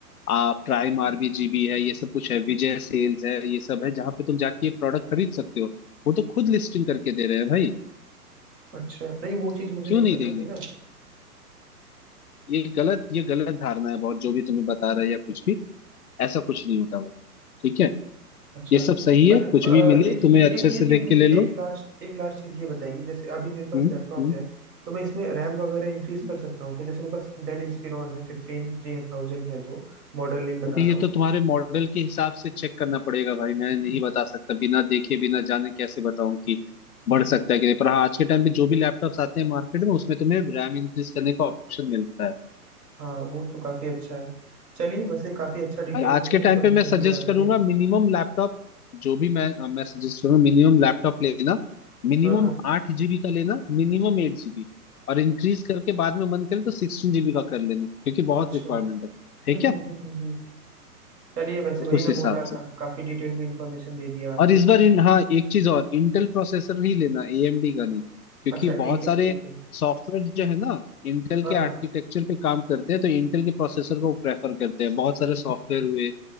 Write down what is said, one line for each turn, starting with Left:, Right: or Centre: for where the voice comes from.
Left: आ, प्राइम आरबीजीबी है ये सब कुछ है विजय सेल्स है ये सब है जहां पे तुम जाके ये प्रोडक्ट खरीद सकते हो वो तो खुद लिस्टिंग करके दे रहे हैं भाई
Right: अच्छा नहीं वो चीज़ मुझे
Left: क्यों
Right: नहीं
Left: नहीं
Right: पता
Left: देंगे
Right: थी ना
Left: ये गलत ये गलत धारणा है बहुत जो भी तुम्हें बता रहा है या कुछ भी ऐसा कुछ नहीं होता भाई ठीक है
Right: अच्छा
Left: ये सब सही
Right: बट
Left: है कुछ भी मिले
Right: एक
Left: तुम्हें
Right: ये
Left: अच्छे
Right: एक ये
Left: से
Right: चीज
Left: देख
Right: मुझे
Left: के ले लो
Right: एक लास्ट एक लास्ट चीज ये बताइए जैसे अभी मेरे पास
Left: हम्म
Right: लैपटॉप
Left: हम्म
Right: है तो मैं इसमें रैम वगैरह इंक्रीज
Left: हम्म।
Right: कर सकता हूँ कि जैसे मेरे पास डेल इंस्पिरॉन है फिफ्टीन थ्री थाउजेंड है जो मॉडल नेम बता
Left: अभी
Right: रहा
Left: ये
Right: हूँ
Left: तो तुम्हारे मॉडल के हिसाब से चेक करना पड़ेगा भाई मैं नहीं बता सकता बिना देखे बिना जाने कैसे बताऊं कि बढ़ सकता है कि नहीं पर हाँ आज के टाइम पे जो भी लैपटॉप्स आते हैं मार्केट में उसमें तुम्हें रैम इंक्रीज करने का ऑप्शन मिलता है
Right: हाँ वो तो काफी अच्छा है चलिए वैसे काफी अच्छा डिटेल
Left: और आज
Right: में
Left: के
Right: इंफॉर्मेशन
Left: टाइम पे मैं सजेस्ट
Right: दिया आपने
Left: करूंगा मिनिमम लैपटॉप जो भी मैं मैं सजेस्ट करूंगा मिनिमम लैपटॉप लेना मिनिमम
Right: हाँ हाँ
Left: आठ जीबी का लेना मिनिमम एट जीबी और इंक्रीज करके बाद में मन करे तो सिक्सटीन जीबी का कर लेना क्योंकि बहुत
Right: अच्छा
Left: रिक्वायरमेंट
Right: हम्म
Left: है ठीक
Right: हम्म
Left: है
Right: हम्म हम्म हम्म। चलिए वैसे
Left: तो
Right: वही
Left: उस
Right: मैं
Left: हिसाब
Right: बोल रहा
Left: से
Right: था काफी डिटेल में इंफॉर्मेशन दे दिया आपने
Left: और इस बार इन हाँ एक चीज और इंटेल प्रोसेसर ही लेना एएमडी का नहीं क्योंकि
Right: अच्छा
Left: बहुत
Right: ठीक है
Left: सारे
Right: ठीक है
Left: सॉफ्टवेयर जो है ना इंटेल
Right: हाँ
Left: के
Right: हाँ
Left: आर्किटेक्चर पे काम करते हैं तो इंटेल के प्रोसेसर को प्रेफर करते हैं बहुत सारे सॉफ्टवेयर हुए